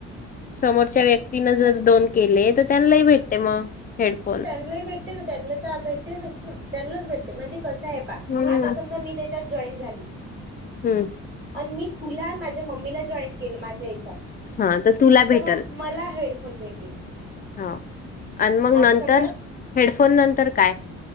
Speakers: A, on the left; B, on the right.
A: समोरच्या व्यक्तीन जर दोन केले तर त्यांनाही भेटते मग हेडफोन.
B: त्यांलाही भेटे ना त्यांनला तर भेटतिलच ना त्यांलाच भेटते म्हणजे कसं आहे पहा
A: हम्म
B: आता समजा मी ते च्यात जॉईट झाली.
A: हम्म
B: अन मी तुला आणि माझ्या मम्मीला जॉईन केलं माझ्या याच्यात.
A: हा तुला भेटल
B: तर मग मला हेडफोन भेटेन.
A: हा आणि मग नंतर
B: समजा
A: हेडफोन नंतर काय?